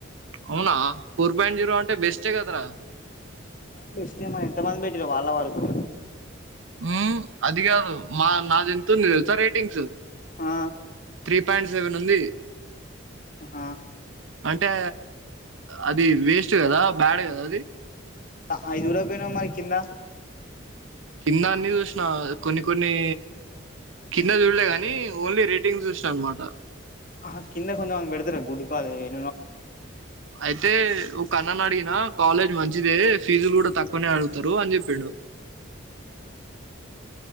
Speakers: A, on the right; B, on the left.
A: అవునా ఫోర్ పాయింట్ జీరో అంటే బెస్టే కదరా!
B: బెస్టే మరి ఎంత మంది పెట్టిరో మరి వాళ్ళ వరకు
A: ము అది గాదు మా నాదెంతుంది తెలుసా రేటింగ్స్
B: హా
A: త్రీ పాయింట్ సెవెన్ ఉంది.
B: ఆ
A: అంటే అది వేస్ట్ గదా బ్యాడ్ గదా అది
B: అయిసూడకపోయినావ్ మరి కింద
A: కింద అన్ని జూశిన కొన్ని కొన్ని కింద చూడలే గని ఓన్లీ రేటింగ్స్ జూశిన అనమాట
B: అహ కింద కొంత మంది పెడుతరు గుడ్డు కాలు ఎ
A: అయితే ఉప్ ఒకన్ననడిగిన అడిగినా కాలేజ్ మంచిదే ఫీజులు గూడ తక్కువనే అడుగుతరు అని జెప్పిండు.